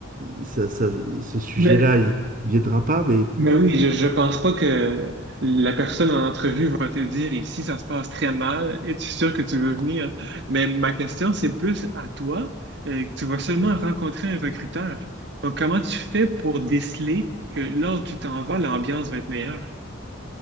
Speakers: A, on the right; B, on the right.
A: il- ça, ça- ce sujet-là,
B: mais,
A: il ne viendra pas, mais
B: mais oui, je, je pense pas que la personne en entrevue va te dire ici, ça se passe très mal, es-tu sûr que tu veux venir? Mais ma question, c'est plus à toi, euh, que tu vas seulement rencontrer un recruteur. Donc, comment tu fais pour déceler que là où tu t'en vas, l'ambiance va être meilleure?